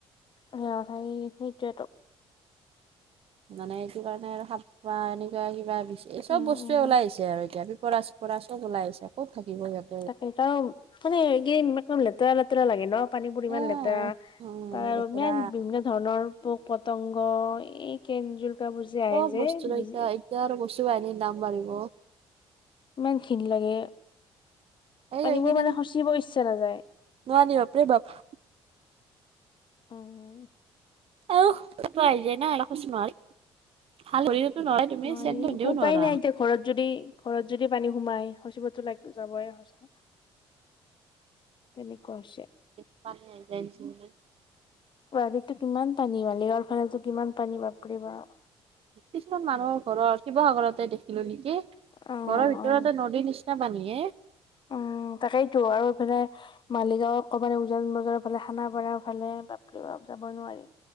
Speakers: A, on the left; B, on the right.
A: সেয়ে কথা সেইটোতো,
B: মানে এইটো কাৰণে আৰু সাপ পোৱা এনেকুৱা কিবা এই চব
A: উম
B: বস্তুৱে
A: উম
B: ওলাই আহিছে আৰু এতিয়া পিপৰা পৰা চব ওলাই আহিছে ক'ত থাকিব ই।
A: তাকে তও মানে কি এক লেতেৰা-লেতেৰা লাগে ন। পানীৰ পৰিমান
B: এ
A: লেতেৰা
B: উম
A: তাৰ
B: বেচেৰা
A: ইমান বিভিন্ন ধনৰ পোক পতংগ এই কেনজুলোকাবোৰ যে
B: চব
A: আহে যে,
B: বস্তুৰে
A: বি
B: এতিয়া এতিয়া আৰু বস্তু এনে দাম বাঢ়িব।
A: ইমান খিনি লাগে
B: এই
A: পানীবোৰ
B: এইকেইদিন
A: মানে সচিব ইচ্ছা নাযায়।
B: নোৱাৰি বাপৰে বাপ।
A: উম
B: অহ, আহি যায় না এবাকচ মান। হাল ধৰিওটো নোৱাৰাই তুমি।
A: নোৱাৰি
B: চেনটো ধৰিও
A: উপায়
B: নোৱাৰা।
A: নাই এতিয়া ঘৰত যদি, ঘৰত যদি পানী সোমাই সচিবতো লাগ যাবই সঁচা। তেনেকুৱা হৈছে।
B: <unintelligible>
A: গুৱাহাতীতটো কিমান পানী? মালিগাঁৱৰ ফালেটো কিমান পানী? বাপৰে বাপ।
B: কিছুমান মানুহৰ ঘৰত। শিৱসাগৰতে দেখিলো নেকি?
A: অ',
B: ঘৰৰ ভিতৰতে
A: অ',
B: নদীৰ নিছিনা পানী সে।
A: উম, তাকেইটো আৰু এইফালে মালিগাঁও, একেবাৰে উজান বজাৰৰ ফালে, খানাপাৰ ফালে বাপৰে বাপ যাবই নোৱাৰি।